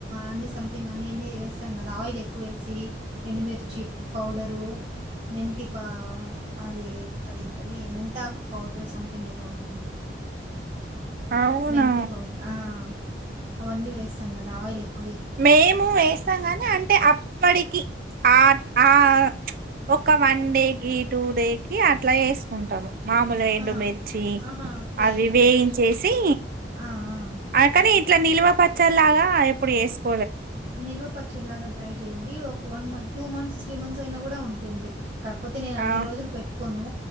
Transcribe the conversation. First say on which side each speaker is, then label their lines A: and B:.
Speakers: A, on the right (about 35°); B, on the right (about 50°).
A: అన్నీ సమ్థింగ్ అన్నీ ఎన్నీ వేసాం కదా ఆయిల్ ఉక్కు వేసి ఎండుమిర్చి పౌడరు మెంతి ఫ అది అదేంటది మెంతాకు పౌడర్ సంథింగ్ ఏదో ఉంటుంది
B: అవునా
A: మెంతి పౌడర్ ఆ అవన్నీ వేస్తాం కదా ఆయిల్ ఎక్
B: మేము వేస్తాం కానీ అంటే అప్పటికి ఆ ఆ ఒక వన్ డే కి టూ డే కి అట్లా వేసుకుంటాము మాములుగా ఎండుమిర్చి
A: ఆ ఆహా ఓకే
B: అవి వేయించేసి
A: ఆ ఆ
B: అ కాని ఇట్లా నిల్వ పచ్చలాగా ఎప్పుడు చేసుకోం
A: నిల్వ పచ్చడి లాగా ట్రై చేయండి ఒక one month two months three months అయినా కూడా ఉంటుంది కాకపోతే నేను అన్ని
B: ఆ
A: రోజులు పెట్టుకోను